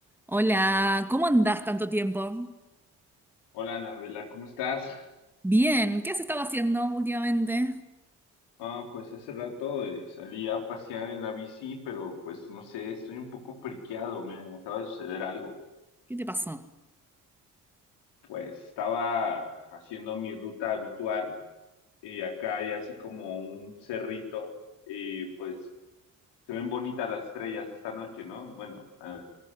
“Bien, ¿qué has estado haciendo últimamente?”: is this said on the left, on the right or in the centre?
Centre